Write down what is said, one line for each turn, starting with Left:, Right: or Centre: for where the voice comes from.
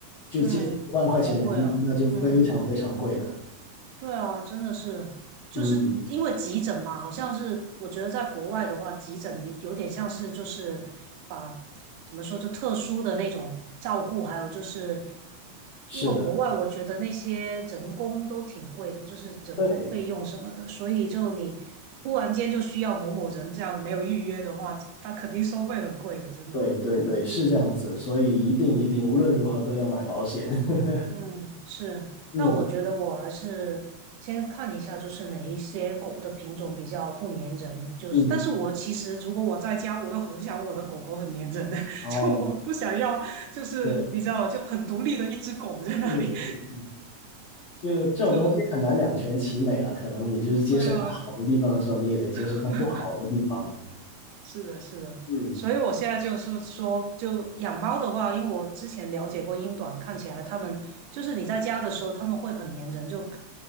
Left: 就接近一万块钱人民币，
Right: 嗯，好贵哦，
Left: 那就非常非常贵了。
Right: 嗯。对啊，真的是，就是因为急诊吧，
Left: 嗯，
Right: 好像是我觉得在国外的话，急诊有有点像是就是把怎么说就特殊的那种照顾，还有就是
Left: 是的，
Right: 因为国外我觉得那些人工都挺贵的，就是人工费用什么的，
Left: 对
Right: 所以就你突然间就需要某某人这样没有预约的话，他肯定收费很贵的，真的。
Left: 对对对，是这样子，所以一定一定，无论如何都要买保险。<laughs>
Right: 嗯，是。
Left: 嗯
Right: 那我觉得我还是先看一下，就是哪一些狗的品种比较不粘人。就是，
Left: 嗯，
Right: 但是我其实如果我在家，我又很想我的狗狗很粘人的，<laughs>
Left: 哦，
Right: 就我不想要，就是你知道，
Left: 对，
Right: 就很独立的一只狗在那里。
Left: 嗯嗯嗯。就这种东西很难两全其美了，
Right: 就
Left: 可能你就是接受它好的地方的时候，
Right: 对啊，
Left: 你也得接受它不好的地方。
Right: <laughs> 是的，是的，
Left: 嗯，
Right: 所以我现在就是说，就养猫的话，因为我之前了解过英短，看起来它们就是你在家的时候，它们会很粘人，就